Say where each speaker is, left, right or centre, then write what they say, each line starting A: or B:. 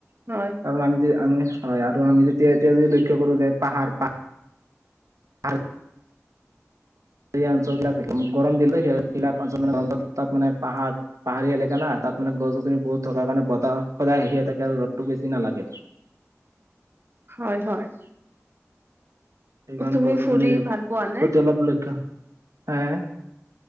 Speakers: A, on the right; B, on the right.
A: হয়
B: কাৰণ আমি যে আমি হয় আৰু আমি যেতিয়া এতিয়া যদি লক্ষ্য কৰোঁ যে পাহাৰ পাহাৰ পা সেই অঞ্চল গিলা গৰম দিলো এ সেইবিলাক অঞ্চল মানে তাত মানে পাহাৰ পাহাৰীয়া এলেকা না তাত মানে গছ গছনি বহুত থকাৰ কাৰণে বতাহ সদায় আহিয়ে থাকে আৰু ৰ'দটো বেছি নালাগে
A: হয় হয়
B: সেইকাৰণে
A: তুমি
B: কৈছোঁ
A: ফুৰি
B: মানে সেই
A: ভাল পোৱা নে?
B: প্ৰতিটো অলপ লখা হেএ